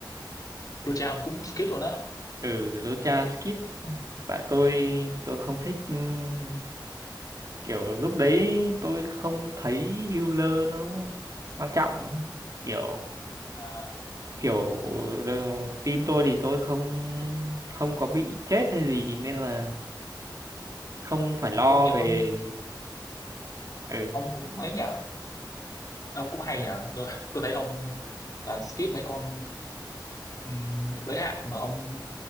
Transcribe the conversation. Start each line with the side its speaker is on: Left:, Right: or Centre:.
Left: Lucha ông cũng skip luôn á
Right: ừ Lucha skip tại tôi tôi không thích ừm, kiểu lúc
Left: Ừ.
Right: đấy tôi không thấy healer nó quan trọng kiểu
Left: à,
Right: kiểu đờ- team tôi thì tôi không không có bị chết hay gì nên là không phải lo
Left: mà công nhận
Right: về
Left: ông
Right: ừ
Left: ông cũng ấy nhờ ông cũng hay nhờ tôi, tôi thấy ông toàn skip mấy con ừ, giới hạn mà ông